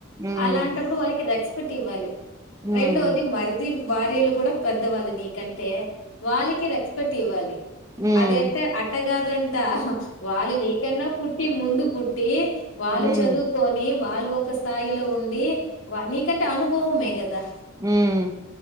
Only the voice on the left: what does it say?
అలాంటప్పుడు వాళ్ళకి రెక్స్ప్ ట్ ఇవ్వాలి.
రెండోది మరిది భార్యలు కూడా పెద్దవాళ్ళు నీకంట్ అంటే వాళ్ళకి రెస్పెక్ట్ ఇవ్వాలి.
అదయితే అట్టగాదన్ వాళ్ళు నీకన్నా పుట్టి ముందు పు టె వాళ్ళు
చదువుకొని వాళ్ళు ఒక స్థాయిలో ఉండి. వ నీకంటే అనుభవమే కదా.